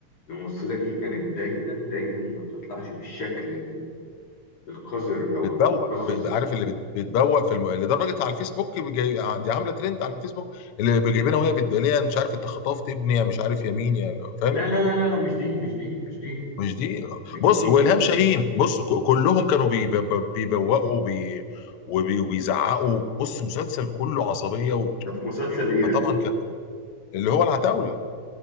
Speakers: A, on the left; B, on the left.
A: الممثله دي كانت دايما دايما ما بتطلعش بالشكل ال- القذر او
B: بتبوق
A: المقزز
B: ب- عارف اللي بت- بتبوق في الم... لدرجه على الفيسبوك بجاي... دي عامله ترند على الفيسبوك اللي جايبينها وهي بتقول لها مش عارف انت خطفت ابني يا مش عارف يا مين يا فاهم
A: لا لا لا لا لا مش دي مش دي مش دي
B: مش دي
A: مش
B: بص
A: دي
B: والهام شاهين بص ك- كلهم كانوا بيب- ب- بيبوقوا وبي وبي- وبيزعقوا بص مسلسل كله عصبيه و...
A: ده في مسلسل ايه
B: فطبعا
A: ده
B: كان اللي هو العتاوله